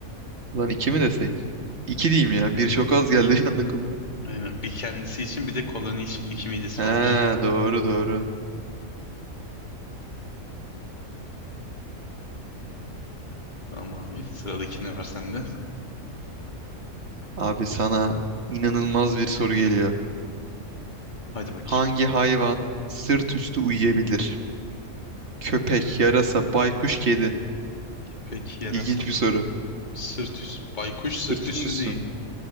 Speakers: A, on the right (about 50°); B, on the left (about 35°).
A: Lan iki mi desek? İki diyeyim ya. Bir çok az geldi <laughs> yandı kulağa.
B: Aynen bir kendisi için bir de koloni için. iki midesi
A: Ha,
B: varmış.
A: doğru doğru.
B: Tamam abi. Sıradaki ne var sende?
A: Abi sana inanılmaz bir soru geliyor.
B: Hadi bakayım.
A: Hangi hayvan sırt üstü uyuyabilir? Köpek, yarasa, baykuş, kedi.
B: Köpek yarasa
A: İlginç bir
B: ba-
A: soru.
B: sırt üstü. Baykuş
A: Sırtının
B: sırt üstü
A: üstü
B: değil.
A: mü?